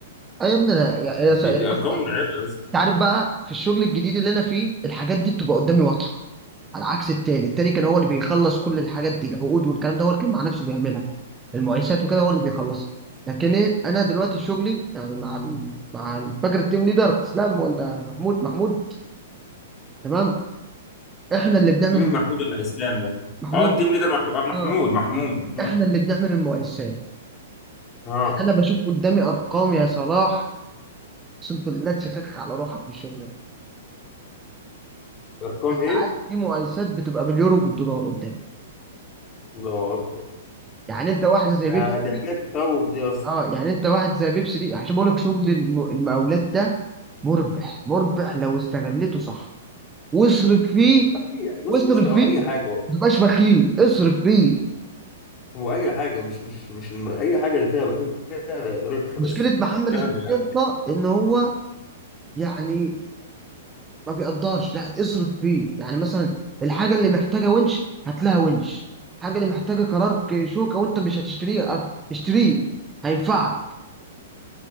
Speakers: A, on the right; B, on the left.
A: اه يا ابني انا يا يا-
B: دي,
A: يا-
B: دي ارقام
A: بص بقى
B: مرعبه بس
A: انت عارف بقى في الشغل الجديد اللي انا فيه الحاجات دي بتبقى قدامي واضحه على عكس التاني التاني كان هو اللي بيخلص كل الحاجات دي العقود والكلام ده هو اللي كان مع نفسه بيعملها المقايسات وكده هو اللي بيخلصها لكن إيه، انا دلوقتي شغلي يعني مع ال... مع ال- فاكر التيم ليدر اسلام ولا محمود محمود تمام احنا اللي بنعمل
B: مين
A: الم-
B: محمود الاسلام ده
A: محمود
B: اه التيم ليدر محمود آه، محمود
A: اه
B: محمود محمود
A: احنا اللي بنعمل المقايسات
B: اه
A: انا بشوف قدامي ارقام يا صلاح اقسم بالله تفكك على روحك في الشغل
B: ارقام
A: ساعات
B: ايه
A: في مقايسات بتبقى باليورو بالدولار قدامي
B: الله اكبر
A: يعني انت واحده زي
B: ده
A: بيبسي
B: دي
A: دي
B: حكايه تخوف دي اصلا
A: اه يعني انت واحد زي بيبسي دي عشان بقول لك شغل الم- المقاولات ده مربح مربح لو استغلته صح واصرف فيه
B: أي- بص
A: واصرف
B: بص او
A: فيه
B: اي حاجه هو
A: ما تبقاش بخيل اصرف فيه
B: هو اي حاجه مش مش مش الم... اي حاجه اللي فيها فيها ربح
A: مشكله
B: بس
A: محمد
B: شغل
A: اسماعيل
B: دماغك
A: ده ان هو يعني ما بيقدرش لا اصرف فيه يعني مثلا الحاجه اللي محتاجه ونش هات لها ونش الحاجه اللي محتاجه كرارك شوكه وانت مش هتشتريه اه، اشتريه هينفعك